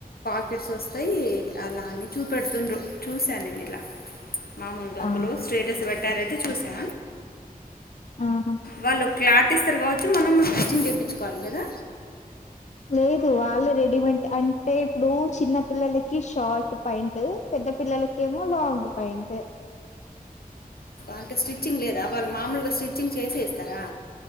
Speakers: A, on the left (about 80°); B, on the left (about 50°).
A: టికెట్స్ వస్తాయి అలా అని చూపెడుతుండ్రు చూశాను నేను ఇలా మామములుగా ఓకలు
B: ఆహా
A: స్ట్రేటస్ పెట్టరు ఆయితే చూసా
B: ఆహా
A: వాళ్ళు క్లారీటి ఇస్తారు కావచ్చు మనం స్టిచ్చింగ్ చేపించుకోవాలి కదా
B: లేదు వాల్లే రెడీమేట్ అంటే ఇప్పుడు చిన్న పిల్లలకి షార్ట్ ప్యాంట్ పెద్ద పిల్లలకి కేమో లంగ్ పాయింట్
A: అంటే స్టిచ్చింగ్ లేదా వాళ్ళు మామూలుగా స్టిచ్చింగ్ చేసే ఇస్తారా